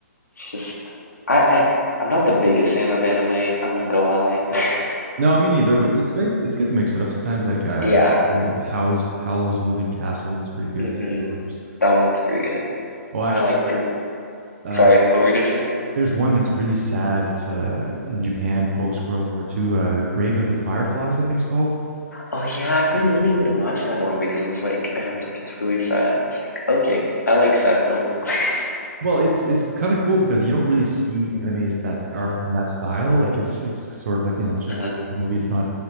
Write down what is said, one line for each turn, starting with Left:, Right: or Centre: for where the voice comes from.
Left: It's just I, I I'm not the biggest fan of anime, I'm not gonna lie. <laughs>
Right: No, I mean neither. But it's good. It's good to mix it up sometimes. Like uh,
Left: Yeah.
Right: you know, Howl's Howl's Moving Castle is pretty good
Left: Mm-hmm.
Right: too. There's-
Left: That one's pretty good.
Right: oh, actually,
Left: I like print
Right: uh,
Left: sorry, what were you gonna say?
Right: there's one that's really sad. It's uh in Japan post World War II. Uh, Grave of the Fireflies, I think it's called.
Left: Oh yeah, I've been meaning to watch that one because it was like everyone's like it's really sad. And I was like, okay, I like sad films. <laughs>
Right: Well, it's it's kind of cool because you don't really see animes that are in that style. Like it's it's sort of like you know it's just
Left: Uh,
Right: a movie. It's not